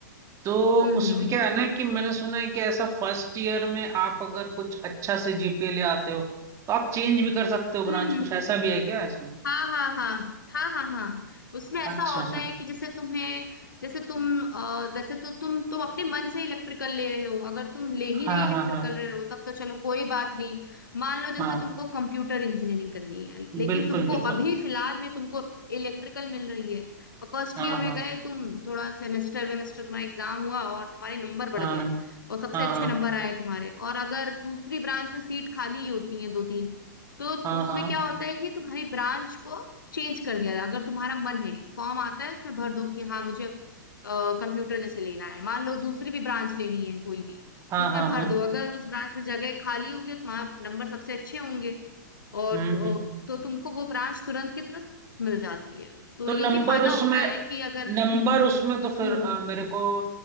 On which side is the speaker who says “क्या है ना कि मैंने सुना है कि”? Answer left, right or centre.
Right